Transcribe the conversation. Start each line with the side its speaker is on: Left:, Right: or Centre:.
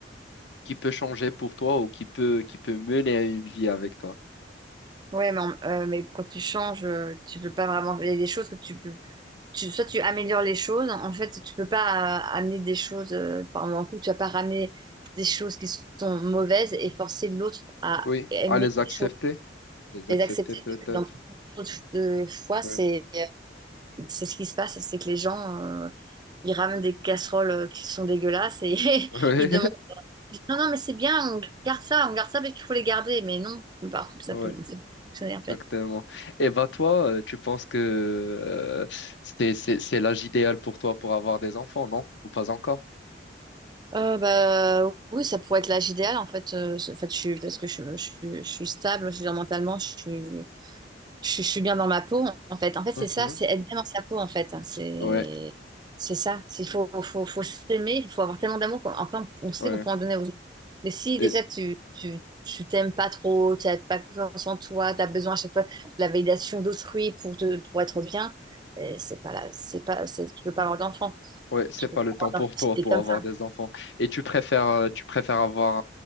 Left: qui peut changer pour toi ou qui peut, qui peut mener à une vie avec toi.
Right: Ouais, mais, en- euh, mais quand tu changes, euh, tu peux pas vraiment. Il y a des choses que tu peux tu, soit tu améliores les choses. En fait, tu peux pas euh, amener des choses, euh, par exemple, un coup, tu vas pas ramener des choses qui sont mauvaises et forcer l'autre à
Left: Oui,
Right: aimer
Left: à les accepter.
Right: les choses,
Left: Les
Right: les
Left: accepter
Right: accepter.
Left: peut-être.
Right: Parce que dans beaucoup de fois, c'est
Left: Oui,
Right: c'est ce qui se passe, c'est que les gens, euh, ils ramènent des casseroles euh, qui sont dégueulasses et <laughs>
Left: <laughs> oui,
Right: ils demandent, non, non, mais c'est bien, on garde ça, on garde ça parce qu'il faut les garder. Mais non, par ça
Left: oui,
Right: peut, ça peut fonctionner en fait.
Left: exactement. Et bah toi, euh, tu penses que euh, c'est, c'est, c'est l'âge idéal pour toi pour avoir des enfants, non? Ou pas encore?
Right: Euh, bah, oui, ça pourrait être l'âge idéal en fait. Euh, en fait, je suis, parce que je, je, je suis stable, je veux dire, mentalement, je suis, je, je suis bien dans ma peau en fait. En fait, c'est
Left: Mhm.
Right: ça, c'est être bien dans sa peau en fait. C'est,
Left: Ouais,
Right: c'est ça. C'est- Il faut, faut, faut s'aimer, il faut avoir tellement d'amour qu'après on, on sait
Left: ouais.
Right: qu'on peut en donner aux autres. Mais si
Left: Et,
Right: déjà tu, tu, tu t'aimes pas trop, tu n'as pas confiance en toi, tu as besoin à chaque fois de la validation d'autrui pour te, pour être bien, euh, c'est pas là, c'est pas, c'est, tu peux pas avoir d'enfant.
Left: ouais, c'est
Right: Tu peux
Left: pas
Right: pas
Left: le temps
Right: avoir
Left: pour
Right: d'enfant
Left: toi
Right: si t'es
Left: pour
Right: comme
Left: avoir
Right: ça.
Left: des enfants. Et tu préfères, euh, tu préfères avoir